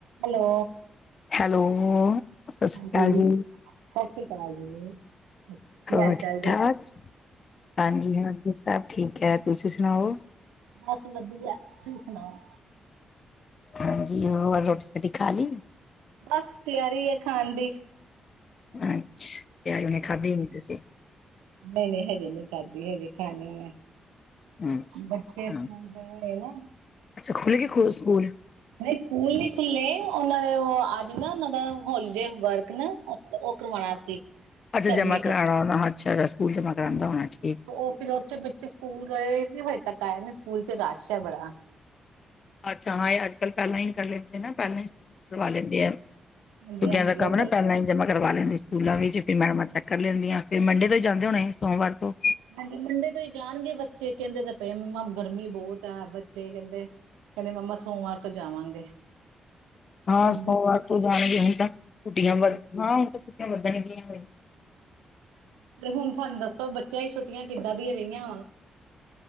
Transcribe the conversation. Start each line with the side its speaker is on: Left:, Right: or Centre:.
Right: Hello-
Left: hello- ਸਤਿ ਸ੍ਰੀ
Right: ਹਾਂਜੀ
Left: ਅਕਾਲ ਜੀ।
Right: ਸਤਿ ਸ੍ਰੀ ਅਕਾਲ ਜੀ- ਕੀ
Left: ਹੋਰ
Right: ਹਾਲ
Left: ਠੀਕ
Right: ਚਾਲ ਜੇ?
Left: ਠਾਕ ਹਾਂਜੀ ਹੋਰ ਜੀ ਸਭ ਠੀਕ ਹੈ। ਤੁਸੀਂ ਸੁਣਾਓ-
Right: ਬਸ ਵਧੀਆ ਤੁਸੀਂ ਸੁਣਾਓ।
Left: ਹਾਂਜੀ ਹੋਰ ਰੋਟੀ ਰੁਟੀ ਖਾਲੀ?
Right: ਬਸ ਤਿਆਰੀ ਐ ਖਾਣ ਦੀ।
Left: ਅੱਛ <unintelligible> ਖਾਦੀ ਨੀ ਤੁਸੀਂ
Right: ਨਈ-ਨਈ ਹਜੇ ਨੀ ਖਾਦੀ ਹਜੇ ਖਾਣੀ ਐ
Left: ਅੱਛਾ-ਅੱਛਾ,
Right: ਬੱਚੇ ਸਕੂਲ
Left: ਅੱਛਾ
Right: <unintelligible> ਸਕੂਲ ਗਏ ਨਾ
Left: ਅੱਛਾ ਖੁੱਲਗੇ ਖ ਸਕੂਲ?
Right: ਨਈ ਸਕੂਲ ਨੀ ਖੁੱਲੇ ਓਨਾਂ ਦੇ ਅੱਜ ਨਾ ਓਨਾਂ ਦਾ ਹੋਲੀਡੇ ਵਰਕ ਨਾ ਤੇ ਓ ਕਰਵਾਇਆ ਸੀ।
Left: ਅੱਜ
Right: ਸਬਮਿਟ।
Left: ਜਮਾ ਕਰਾਣਾ ਓਨਾ ਅੱਛਾ ਜਾ ਸਕੂਲ ਜਮਾ ਕਰਾਣ ਜਾਨਾ ਅੱਜ।
Right: ਤੇ ਓ ਫਿਰ ਉੱਥੇ ਬੱਚੇ ਸਕੂਲ ਗਏ ਸੀ ਹਜੇ ਤੱਕ ਆਏ ਨੀ ਸਕੂਲ ਚ ਰਸ਼ ਐ ਬੜਾ।
Left: ਅੱਛਾ ਹਾਂ ਏ ਅੱਜ ਕੱਲ੍ਹ ਪੈਲਾਂ ਈ ਕਰ ਲੈਂਦੇ ਨਾ ਪੈਲਾਂ ਹੀ ਸ ਕਰਵਾ ਲੈਂਦੇ ਐ।
Right: ਹਾਂਜੀ
Left: ਛੁਟੀਆਂ
Right: ਹਾਂਜੀ
Left: ਦਾ ਕੰਮ
Right: ਉਹ
Left: ਨਾ ਪਹਿਲਾਂ ਹੀ ਜਮਾਂ ਕਰਵਾ ਲੈਂਦੇ ਸਕੂਲਾਂ ਵਿਚ ਫਿਰ ਮੈਡਮਾਂ 'ਚ- ਕਰ ਲੈਂਦੀਆਂ ਫਿਰ ਮੰਡੇ ਤੋਂ ਹੀ ਜਾਂਦੇ ਹੋਣੇ ਸੋਮਵਾਰ ਤੋ
Right: ਹਾਂਜੀ ਮੰਡੇ ਤੋਂ ਹੀ ਜਾਣਗੇ ਬੱਚੇ ਕਹਿਦੇ ਤਾਂ ਪਏ ਮੰਮਾ ਗਰਮੀ ਬਹੁਤ ਘਰ ਬੱਚੇ ਕਹਿੰਦੇ ਕਹਿੰਦੇ ਮੰਮਾ ਸੋਮਵਾਰ ਤੋਂ ਜਾਵਾਂਗੇ
Left: ਹਾਂ
Right: ਹੁਣ
Left: ਸੋਮਵਾਰ
Right: ਦੇਖੋ
Left: ਤੋਂ ਜਾਣਗੇ ਹੁਣ ਤਾਂ ਛੁਟੀਆਂ
Right: ਹਾਂਜੀ
Left: ਵੱਧ ਹਾਂ ਹੁਣ ਤਾਂ ਛੁੱਟੀਆਂ ਵੱਧਣਗਈਆਂ ਹੋ
Right: ਤੇ ਹੁਣ ਤੁਹਾਨੂੰ ਦੱਸੋ ਬੱਚਿਆਂ ਹੀ ਛੁੱਟੀਆਂ ਕਿੱਦਾਂ ਦੀਆਂ ਰਹੀਆਂ ਹੁਣ